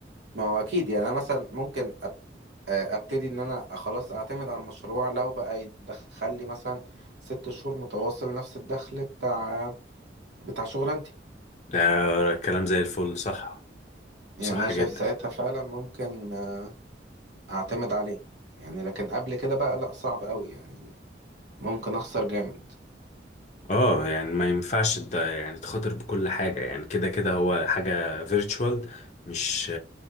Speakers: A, on the right; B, on the left.
A: ما هو اكيد يعني انا مثلا ممكن أب... آه، ابتدي ان انا خلاص اعتمد على المشروع لو بقى يدخل لي مثلا ست شهور متواصل نفس الدخل بتاع بتاع شغلانتي
B: ده كلام زي الفل صح
A: يعني
B: صح
A: انا شايف
B: جدا
A: ساعتها فعلا ممكن آه، اعتمد عليه يعني لكن قبل كده بقى لا صعب قوي يعني ممكن اخسر جامد
B: اه يعني ما ينفعش ده يعني تخاطر بكل حاجة يعني كده كده هو حاجة فيرتشوال مش